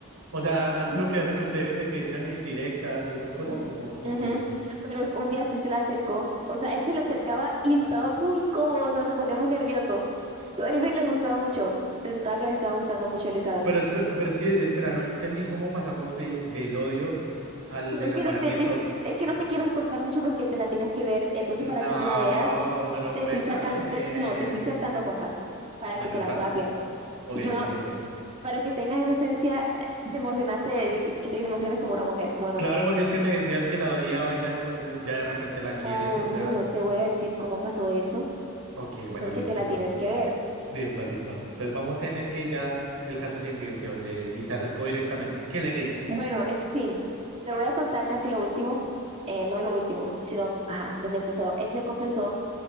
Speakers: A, on the right; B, on the right.
A: o sea, ¿hacen lo que hacen ustedes de que tiran indirectas y esas cosas? ¿O, o,
B: Ujú.
A: o qué?
B: Pero un día sí se le acercó, o sea, él se le acercaba y estaba muy incómodo, o sea, se ponía muy nervioso. A Avery le gustaba mucho, se notaba que le estaba gustando mucho a Elizabeth.
A: Pero, espe- pero es que, espera, no entendí cómo pasamos de, del odio al
B: Es
A: enamoramiento.
B: que no te, te- es que no te quiero contar mucho porque te la tienes que ver, entonces
A: No,
B: para que te la veas,
A: pero
B: te
A: cuéntame
B: estoy salcan-
A: bien.
B: te- no, te estoy saltando cosas para
A: Bueno,
B: que te
A: está.
B: la puedas ver.
A: Ok,
B: Y yo,
A: listo.
B: para que tengas esa esencia eh, de emocionante, de que que te emociones como una mujer. Bueno,
A: Claro, porque es que me decías que la odiaba y ya después, eh, ya de repente la quiere,
B: obvio
A: o sea.
B: no te voy a decir cómo pasó eso
A: Ok, bueno,
B: Porque
A: listo,
B: te la
A: listo.
B: tienes que ver.
A: Listo, listo. Entonces vamos en el que ya el caso se invirtió le, y se acercó directamente. ¿Qué le dijo?
B: Bueno, en fin, te voy a contar casi lo último, eh, no lo último, sino, ajá, donde empezó. Él se confesó